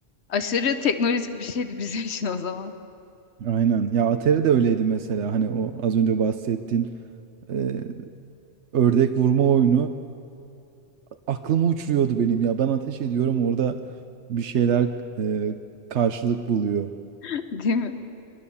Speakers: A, on the left; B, on the right.
A: Aşırı teknolojik bir şeydi bizim için o zaman
B: Aynen. Ya Atari de öyleydi mesela. Hani o az önce bahsettiğin e, ördek vurma oyunu aklımı uçuruyordu benim ya. Ben ateş ediyorum orada bir şeyler e, karşılık buluyor.
A: <laughs> değil mi?